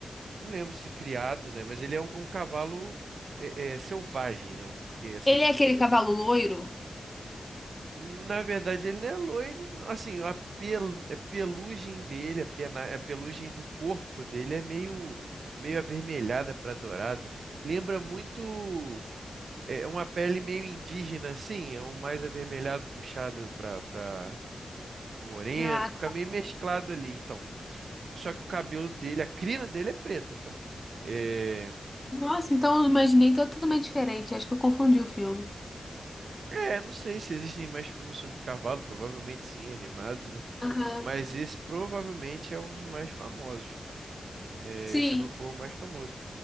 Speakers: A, on the right; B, on the left.
A: não lembro se criado, né? Mas ele é um, um cavalo é, é, selvagem, né? Porque assim
B: Ele é aquele cavalo loiro?
A: Na verdade, ele não é loiro. não. Assim, a pel- a pelugem dele, a, pena- a pelugem do corpo dele é meio, meio avermelhada para dourada. Lembra muito é, uma pele meio indígena, assim, é um mais avermelhado puxado para para moreno.
B: Ah,
A: Fica meio mesclado ali, então. Só que o cabelo dele, a crina dele é preta, tá? É,
B: nossa, então eu imaginei totalmente diferente. Acho que eu confundi o filme.
A: é, não sei se existem mais filmes sobre cavalo, provavelmente sim, animados, né?
B: Aham.
A: Mas esse provavelmente é um dos mais famosos. É,
B: Sim.
A: se não for o mais famoso.